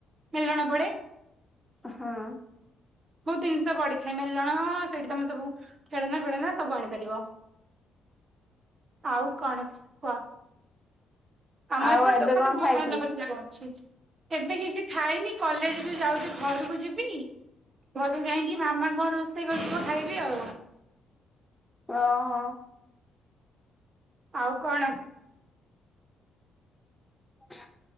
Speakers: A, on the right (about 45°); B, in the centre.
A: ମେଲଣ ପଡେ।
B: ହଁ।
A: ବହୁତ ଜିନିଷ ପଡ଼ିଥାଏ। ମେଲଣ ସେଇଠି ତମେ ସବୁ ଖେଳନା ଫେଳନା ସବୁ ଆଣିପାରିବ। ଆଉ କଣ କୁହ? ଆମ
B: ଆଉ
A: ଏପଟେ
B: ଏବେ
A: ତ ମାନେ
B: କଣ
A: ବହୁତ
B: ଖାଇଥିଲୁ?
A: ଭଲ ଭଲ ଜାଗା ଅଛି। ଏବେ କିଛି ଖାଇନି କଲେଜରୁୁ ଯାଉଚି ଘରକୁ ଯିବି। ଘରକୁ ଯାଇକି ମାମା କଣ ରୋଷେଇ କରିଥିବ ଖାଇବି ଆଉ।
B: ଅ ହ।
A: ଆଉ କଣ?
B: ହ